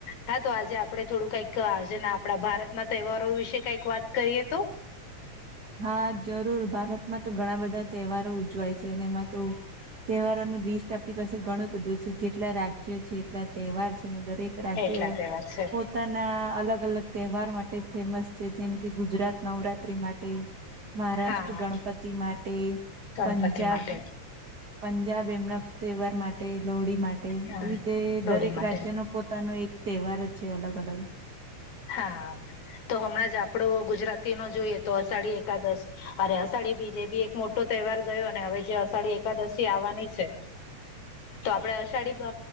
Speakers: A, on the left; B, on the right.
A: હા તો આજે આપડણે થોડું કઈક આજેના આપડા ભારતના તહેવારો વિશે કઈક વાત કરીએ તો.
B: હા જરૂર ભારતમાં તો ઘણા બધા તહેવારો ઉજવાય છે એમાં તો તહેવારો ન લિસ્ટ આપણી પાસે ઘણું બધું છે જેટલા રાજ્યો છે એટલા તહેવાર છે ને દરેક રાજ્ય
A: એટલા તહેવાર છે
B: પોતાના ના અલગ અલગ તહેવાર માટે ફેમસ છે જેમ કે ગુજરાત નવરાત્રી માટે મહારાષ્ટ્ર
A: હા
B: ગણપતિ માટે
A: ગણપતિ
B: પંજાબ
A: માટે
B: પંજાબ એમના તહેવાર માટે લોડી માટે
A: હા
B: એવી રીતે
A: લોહડી
B: દરેક
A: માટે
B: રાજ્યનો. પોતાનો એક તહેવાર છે અલગ અલગ.
A: હા તો હમણાં જ આપડો ગુજરાતી નો જોઈએ તો અષાઢી એકાદશ. અરે અષાઢી બીજે બી એક મોટો તહેવાર ગયો ને હવે જે અષાઢી એકાદશી આવવાની છે. તો આપડે અષાઢી